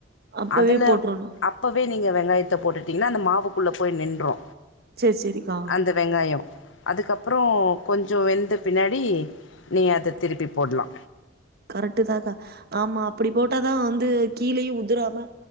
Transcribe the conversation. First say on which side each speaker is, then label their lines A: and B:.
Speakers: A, on the right; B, on the left.
A: அப்பவே
B: அதுல
A: போட்றணு
B: அப்பவே நீங்க வெங்காயத்த போட்டுட்டீங்னா அந்த மாவுக்குள்ள போய் நின்று
A: சேரி சேரிக்கா
B: அந்த வெங்காயோ அதுக்கப்புறோ கொஞ் ஞ்ஜோ வெந்த பின்னாடி நீ அத திருப்பி போடலா
A: கரெக்டு தாக்கா ஆமா அப்டி போட்டாதா வந்து கீழயு உதிராம